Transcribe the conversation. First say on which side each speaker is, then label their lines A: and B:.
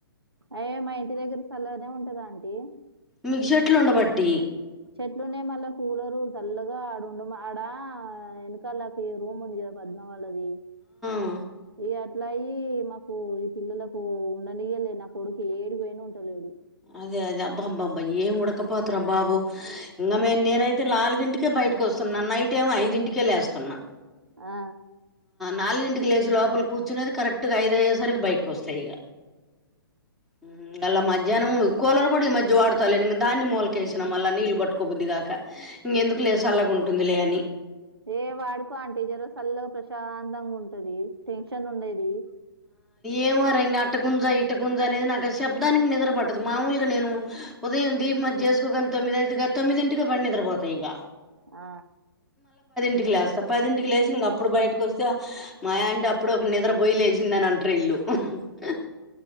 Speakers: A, on the right; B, in the centre.
A: అయే మా ఇంటి దగ్గరి సల్లగనే ఉంటాది ఆంటీ
B: మీక్ సెట్లు ఉండబట్టీ
A: చెట్లున్నాయి మళ్ళా కూలరు చల్లగా ఆడ ఉండు మా ఆడ వెనకాలకు రూమ్ ఉంది గదా పద్మ వాళ్ళది.
B: అ
A: ఇగ అట్లయీ మకూ ఇ పిల్లలకూ ఉండనీయలే. నా కొడుకు ఏడి బొయిన ఉంటలేడు.
B: అదే అదే అబ్బబ్బబ్బ! ఏం ఉడకపోతర బాబు! ఇంగ మేము నేనైతే లాల్గింటికే బ బయిటికొస్తున్న నైట్ ఏమో ఐదింటికే లేేస్తున్నా.
A: ఆ
B: నాలుగింటికి లేసి లోపల కూర్చునేది కరెక్ట్ గ ఐదు అయ్యేసరికి బయటికొస్త ఇగ. ఉ మల్ల మధ్యాహ్నం కూలర్ గుడా ఈ మధ్య వాడు చలి కలేని దాన్ని మూలకేసిన మళ్ళ నీళ్లు పట్టుకోబుద్దిగాక ఇంగెందుకులే సల్లగుంటుందిలే అని
A: ఏ! వాడుకో అంటీ జర సల్లగ ప్రశాంతంగా ఉంటదీ, టెన్షన్ ఉండదీ
B: ఏమోర! ఇంగ అటుకుంజ, ఇటుకుంజ అనేది నాకు ఆ శబ్దానికి నిద్ర పడదు. మాములుగ నేను ఉదయం ది దీపం అది జేసుకో గని తొమ్మి అయితదా తొమ్మిదింటికే పడి నిద్ర పోత ఇగా
A: ఆ
B: ఇంటికి లేస్తా పదింటికి లేసి ఇంకప్పుడు బయటకి ఒస్తే మ యా ఇప్పుడు ఒక నిద్ర పొయి లేసిందని అంటరీళ్ళు. అహ్హ్ హ హీహ్!